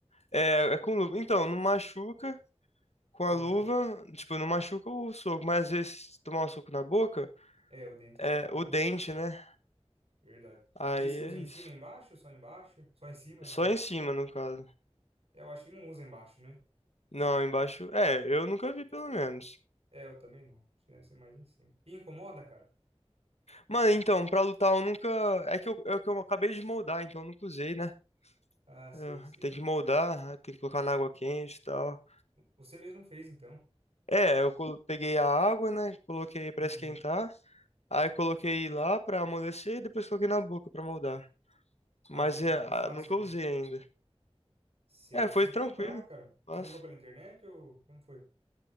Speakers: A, on the left (about 75°); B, on the right (about 65°).
A: É, é com luva. Então, não machuca. Com a
B: Aham.
A: luva, tipo, não machuca o soco, mas às vezes se tomar um soco na boca,
B: É, o dente
A: é
B: é frágil,
A: o dente,
B: né?
A: né?
B: Verdade.
A: Aí
B: E aí você usa
A: é
B: em
A: isso.
B: cima e embaixo? Só embaixo? Só em cima,
A: É Só
B: aliás?
A: em cima, no caso.
B: É, Eu acho que não usa embaixo, né?
A: Não, embaixo. É, eu nunca vi, pelo menos.
B: É, eu também não. Acho que deve ser mais em cima. E incomoda, cara?
A: Mano, então, pra lutar eu nunca. É que eu, é que eu acabei de moldar, então eu nunca usei, né?
B: Ah,
A: Eu-
B: sei, sei.
A: Tem que moldar, tem que colocar na água quente e tal.
B: Você mesmo fez, então.
A: É, eu colo- peguei a água, né? Coloquei pra
B: Uhum.
A: esquentar. Aí coloquei lá pra amolecer e depois coloquei na boca pra moldar.
B: Ah,
A: Mas
B: legal.
A: é, ah,
B: Foi fácil,
A: nunca
B: então.
A: usei ainda.
B: Sei,
A: É,
B: eu
A: foi
B: preciso
A: tranquilo.
B: comprar, cara.
A: Mas...
B: Você comprou pela internet ou como foi?